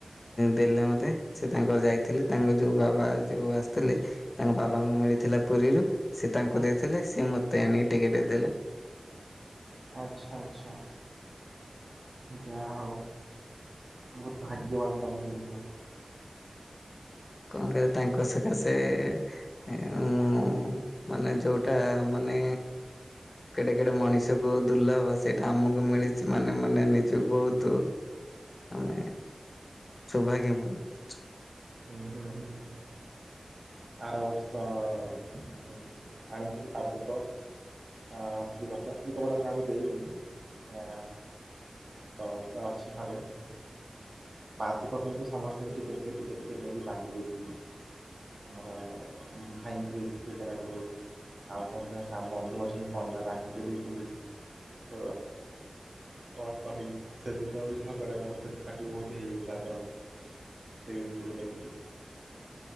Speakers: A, on the left; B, on the right.
A: ଦେଲେ ମତେ ସେ ତାଙ୍କର ଯାଇଥିଲେ ତାଙ୍କ ଯୋଉ ବାବା ବା ଯୋଉ ଆସିଥିଲେ ତାଙ୍କ ବାବାଙ୍କୁ
B: ହଁ
A: ମିଳିଥିଲା ପୁରୀରୁ ସେ ତାଙ୍କୁ
B: ହଁ
A: ଦେଇଥିଲେ ସିଏ ମତେ ଆଣିକି ଟିକେ ଦେଇ
B: ଆଚ୍ଛା ଆଚ୍ଛା ଯାହା ହଉ। ବହୁତ ଭାଗ୍ୟବାନ ତମେ କିନ୍ତୁ
A: କଣ କହିଲ ତାଙ୍କ ସକାଶେ ଏ ମୁଁ ମାନେ ଯୋଉଟା ମ ନେ କେଡ଼େ କେଡ଼େ ମଣିଷକୁ ଦୁର୍ଲଭ ସେଇଟା ଆମକୁ ମିଳିଛି ମାନେ ମାନେ ନିଜକୁ ବହୁତୁ ଆମେ ସୌଭାଗ୍ୟ ମନେ କରୁଛୁ।
B: ହୁଁ ହୁଁ ହୁଁ ଆର ବର୍ଷ ଅ ଆଣିଥିଲି ପାଦୁକ। ଆ ଆଶ୍ରୀ କପଡ଼ା ଆଶ୍ରୀ କପଡ଼ା କାହାକୁ ଦେଇନି ଆ ତ ତ ଅଛି ଘରେ ପାଦୁକ କିନ୍ତୁ ସମସ୍ତଙ୍କୁ ଟିକେ ଟିକେ ଟିକେ ଟିକେ ଟିକେ ନେଇକି ବାଣ୍ଟି ଦେଇଥିଲି। ଆମର ଭାଇଙ୍କୁ ଦେଇଛି ଟିକେ ନାଗୁରୁ। ଆଉ ମୋର ଜଣେ ସା ବନ୍ଧୁ ଅଛନ୍ତି ପଣ୍ଡା ତାଙ୍କୁ ଯେ ଦେଇଥିଲି ତ କଣ କହିବି ସେଦିନ ବି ଝଗଡ଼ା ବହୁତ ପାଟି ବହୁତ ହେଇଯାଇଥିଲା ଆମର। ସେ ଜିନିଷକୁ ନେଇକି।